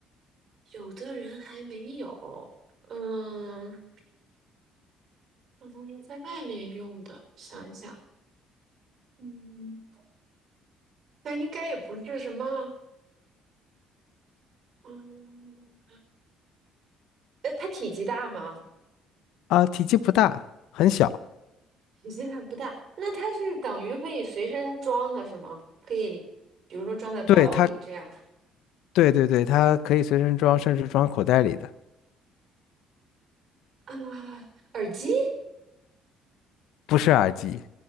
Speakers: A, on the right (about 55°); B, on the left (about 80°).
A: 有的人还没有。嗯，我都是在外面用的，想一想，嗯，那应该也不是什么，嗯，呃，它体积大吗？
B: 啊，体积不大，很小。
A: 体积还不大，那它是等于可以随身装的是吗？可以，比如说装在包里这样
B: 对它，对对对，它可以随身装，甚至装口袋里的，
A: 啊。耳机，
B: 不是耳机。